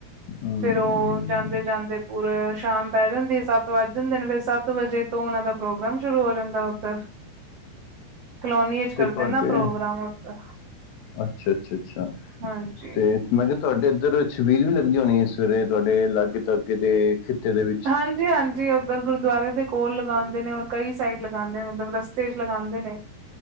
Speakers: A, on the left; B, on the right.
A: ਹਮ
B: ਫੇਰ ਉਹ ਜਾਂਦੇ ਜਾਂਦੇ ਪੂਰਾ ਸ਼ਾਮ ਪੈ ਜਾਂਦੀ ਹੈ ਸੱਤ ਵੱਜ ਜਾਂਦੇ ਨੇ ਫੇਰ ਸੱਤ ਵਜੇ ਤੋਂ ਉਹਨਾਂ ਦਾ ਪ੍ਰੋਗਰਾਮ ਸ਼ੁਰੂ ਹੋ ਜਾਂਦਾ ਉੱਧਰ
A: <unintelligible> <inaudible>
B: ਕਲੋਨੀ ਚ
A: ਤੇ
B: ਕਰਦੇ
A: ਤੁਹਾਡੇ
B: ਨਾ ਪ੍ਰੋਗਰਾਮ ਉਧਰ
A: ਅੱਛਾ ਅੱਛਾ ਅੱਛਾ
B: ਹਾਂਜੀ
A: ਤੇ ਮੈਂ ਕਿਹਾ ਤੁਹਾਡੇ ਇੱਧਰ ਛਬੀਲ ਵੀ ਲੱਗਦੀ ਹੋਣੀ ਏ ਸਵੇਰੇ ਤੁਹਾਡੇ ਲਾਗੇ ਤਾਗੇ ਦੇ ਖਿੱਤੇ ਦੇ ਵਿੱਚ
B: ਹਾਂਜੀ ਹਾਂਜੀ ਉੱਧਰ ਗੁਰਦੁਆਰੇ ਦੇ ਕੋਲ ਲਗਾਂਦੇ ਨੇ ਔਰ ਕਈ ਸਾਈਡ ਲਗਾਂਦੇ ਨੇ ਮਤਲਬ ਰਸਤੇ ਚ ਲਗਾਂਦੇ ਨੇ